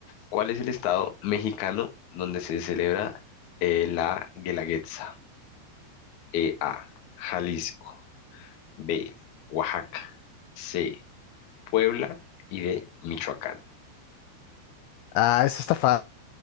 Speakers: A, on the left; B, on the left.
A: ¿cuál es el estado mexicano donde se celebra eh, la Guelaguetza? E, A, Jalisco, B, Oaxaca, C, Puebla y D, Michoacán.
B: Ah, eso está fa-